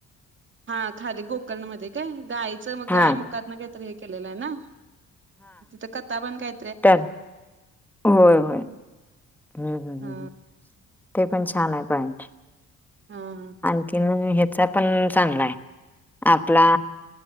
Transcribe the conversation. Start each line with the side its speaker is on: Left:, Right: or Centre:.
Right: हा खाली गोकर्ण मध्ये काय गायचं
Centre: हा
Right: गाय मुकात ना कायतरी हे केलेलं आहे ना. तिथं कता पण काय.
Centre: त्या होय होय हम्म हम्म
Right: हा
Centre: हम्. ते पण छान आहे पईंट
Right: हा हा
Centre: आणखीन. ह्याचा पण चांगला आहे आपला.